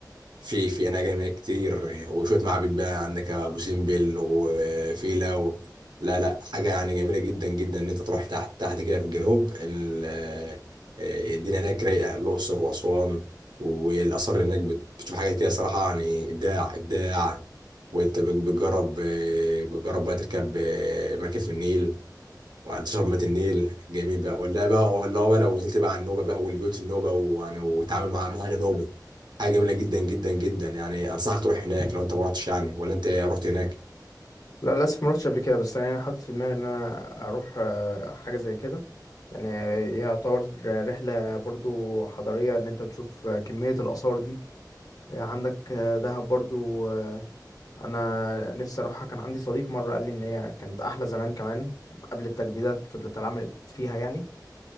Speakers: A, on the right; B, on the left.
A: في في انا جامعة كتير وشويه معابد بقى عندك ابو سمبل وفيلا و... لا لا حاجه يعني جميله جدا جدا ان انت تروح تحت تحت كده في الجنوب ال... آه، الدنيا هناك رايقه الاقصر واسوان والاثار هناك بت- بتشوف حاجات كده صراحه يعني ابداع ابداع وانت بت- بتجرب آه، بتجرب بقى تركب آه، مركب في النيل وتشرب مية النيل جميل بقى ولا بقى ولا ولا ونزلت بقى على النوبه بقى والبيوت النوبه ويعني وتعامل مع مع اهل نوبه حاجه جميله جدا جدا جدا يعني انصحك تروح هناك لو انت ما رحتش يعني ولا انت رحت هناك
B: لا للاسف ما رحتش قبل كده بس انا حاطط في دماغي ان انا اروح آه، حاجة زي كده يعني هي يعتبر رحلة برضو حضارية ان انت تشوف كمية الآثار دي آه، عندك آه، دهب برضو آه، انا نفسي اروحها كان عندي صديق مرة قال لي ان هي كانت احلى زمان كمان قبل التجديدات اللي اتعملت فيها يعني